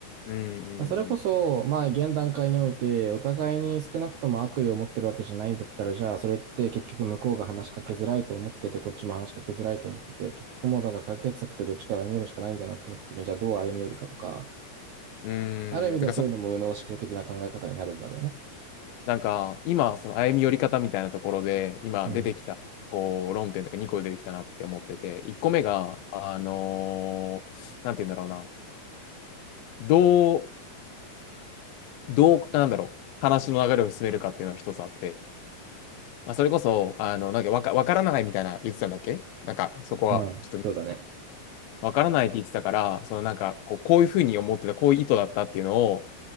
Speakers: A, on the left; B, on the right.
A: うん
B: それこそ、まあ、現段階において、お互いに少なくとも悪意を持ってるわけじゃないんだったら、じゃあ、それって結局向こうが話しかけづらいと思ってて、こっちも話しかけづらいと思ってて、結局もうだから解決策ってどっちかが歩み寄るしかないんだなって思った時に、じゃあどう歩み寄るかとか、
A: うんう
B: ある意味ではそういうのも右脳思考的な考え方になるんだろうね。
A: ん。うーん。てか、そ、なんか、今、その歩み寄り方みたいなところで、今出てきた、
B: うん。
A: こう、論点とか2個出てきたなって思ってて、1個目が、あのーなんて言うんだろうな、どう、どう、なんだろう、話の流れを進めるかっていうのが一つあって、まあ、それこそ、あの、なんかわか、わからないみたいな言ってたんだっけなんか、そこは、
B: うん、
A: ちょっと、
B: そうだね。
A: わからないって言ってたから、そのなんか、こう、こういうふうに思ってた、こういう意図だったっていうのを、